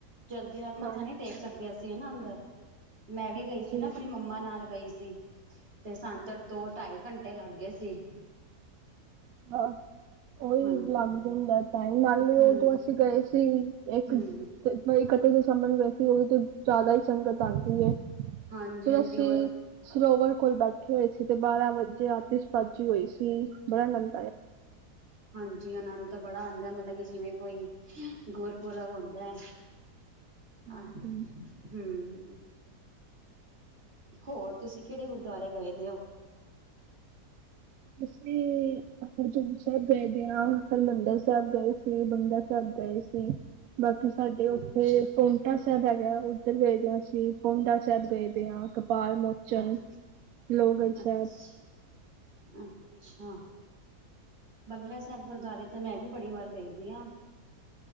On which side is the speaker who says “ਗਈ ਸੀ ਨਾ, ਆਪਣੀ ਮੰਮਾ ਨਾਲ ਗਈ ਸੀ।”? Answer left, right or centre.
Right